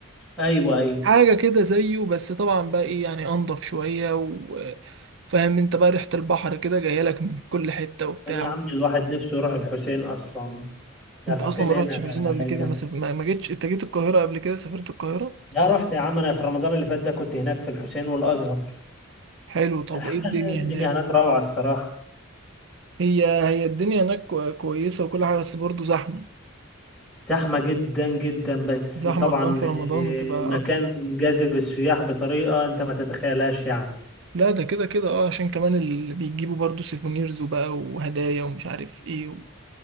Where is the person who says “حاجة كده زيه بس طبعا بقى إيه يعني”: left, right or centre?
Right